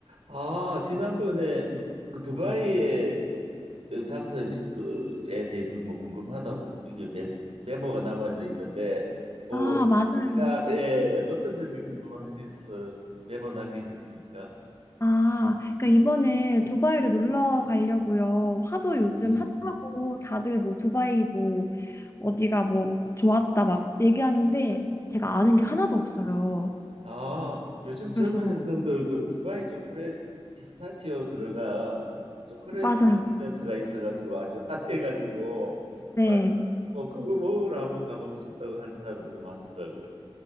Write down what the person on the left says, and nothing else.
아, 맞아요.
아, 그러니까 이번에 두바이를 놀러
가려고요. 화도 요즘
핫하고 다들 뭐 두바이 뭐 어디가 뭐 좋았다 막 얘기하는데 제가
아는 게 하나도
없어요.
그래서
맞아요.
네.